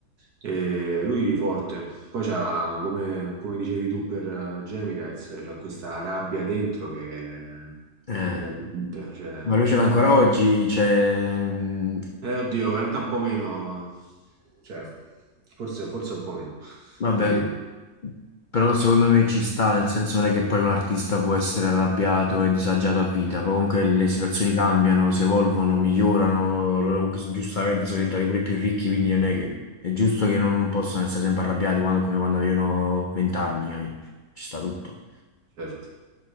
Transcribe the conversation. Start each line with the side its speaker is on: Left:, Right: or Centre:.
Right: E lui forte. Poi c'ha, come, come dicevi tu per eh, Gemidites, c'ha questa rabbia dentro che è
Left: eh.
Right: disarmante, cioè
Left: Ma lui ce l'ha ancora oggi, cioè, mm,
Right: eh, oddio, canta un po' meno, cioè, forse, forse un po' meno
Left: vabbè,
Right: di prima,
Left: però secondo me ci sta, nel senso non è che poi un artista può essere arrabbiato e disagiato a vita, però comunque le situazioni cambiano, si evolvono, migliorano, loro comunque so- giustamente sono diventati pure più ricchi, quindi non è che è giusto che non possano essere sempre arrabbiati quando- come quando avevano vent'anni, capì? ci sta tutto.
Right: certo.